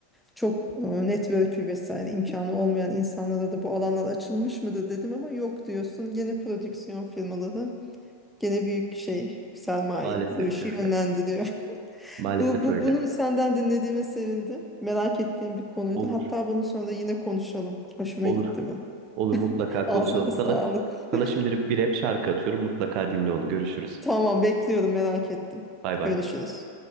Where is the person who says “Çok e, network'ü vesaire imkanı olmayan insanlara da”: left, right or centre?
Centre